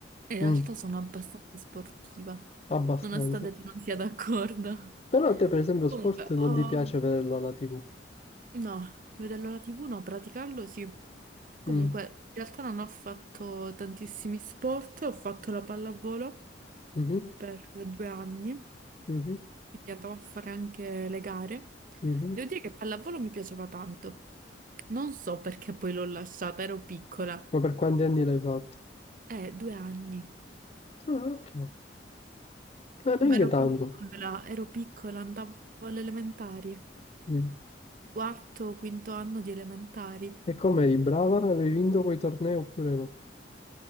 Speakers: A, on the right; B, on the left.
A: in realtà
B: Mm,
A: sono abbastanza sportiva,
B: abbastanza.
A: nonostante tu non sia d'accordo.
B: Però
A: <laughs>
B: a te, per esempio,
A: Comunque,
B: sport non
A: ho
B: ti piace vederlo alla TV.
A: No, vederlo alla TV no, praticarlo sì. Comunque,
B: Mm,
A: in realtà non ho fatto tantissimi sport, ho fatto la pallavolo
B: mhm,
A: per eh, due anni,
B: mhm,
A: quindi andavo a fare anche le gare.
B: mhm.
A: Devo dire che pallavolo mi piaceva tanto. Non so perché poi l'ho lasciata, ero piccola.
B: Ma per quanti anni l'hai fatto?
A: Eh, due anni.
B: Ah, ok. Ma neanche
A: Ma ero
B: tanto.
A: piccola, ero piccola, andavo alle elementari,
B: Mm.
A: quarto, quinto anno di elementari.
B: E come eri brava? Avevi vinto quei tornei oppure no?